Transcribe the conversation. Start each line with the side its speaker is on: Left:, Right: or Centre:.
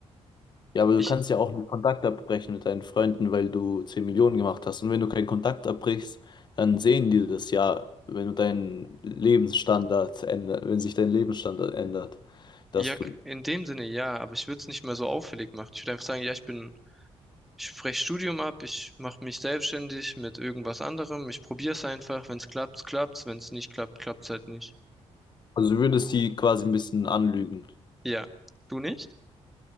Left: Ja, aber du
Centre: Ich,
Left: kannst ja auch einen Kontakt abbrechen mit deinen Freunden, weil du 10 Millionen gemacht hast. Und wenn du keinen Kontakt abbrichst, dann sehen die das ja, wenn du deinen Lebensstandard ändert, wenn sich dein Lebensstandard ändert,
Centre: ja,
Left: dass du,
Centre: in dem Sinne ja, aber ich würde es nicht mehr so auffällig machen. Ich würde einfach sagen, ja, ich bin, ich breche Studium ab, ich mache mich selbstständig mit irgendwas anderem, ich probiere es einfach. Wenn es klappt, klappt's, wenn es nicht klappt, klappt's halt nicht.
Left: also du würdest die quasi ein bisschen anlügen.
Centre: Ja, du nicht?